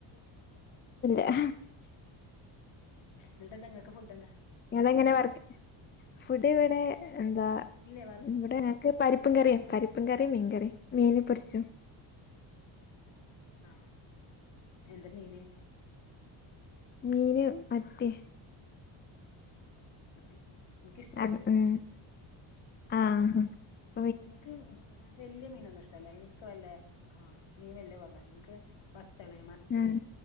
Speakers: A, on the left (about 25°); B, on the left (about 60°).
A: <unintelligible>
B: ന്തുട്ടാ നിങ്ങക്ക് ഫുഡ് എന്താ
A: ഞങ്ങ ഇങ്ങനെ വർ ഫുഡ് ഇവിടെ എന്താ
B: ഇല്ലേ വർ
A: ഇവിടെ ഞക്ക് പരിപ്പും കറിയും പരിപ്പ് പ്പും കറി മീൻകറി മീൻ പൊരിച്ചത്
B: ആഹ് എന്ത് മീന്
A: മീന് മത്തി
B: മത്തി എനിക്കിഷ്ടാണ്
A: ആഹ്
B: പൊരിക്കണത്
A: ഉം ആ ആ
B: എനിക്ക് വല്യ മീനൊന്നും ഇഷ്ടല്ല എനിക്ക് വല്ല ആ നീ വല്ലേ പറഞ്ഞ നിനക്ക് മുത്തളേ മത്തി
A: ഉം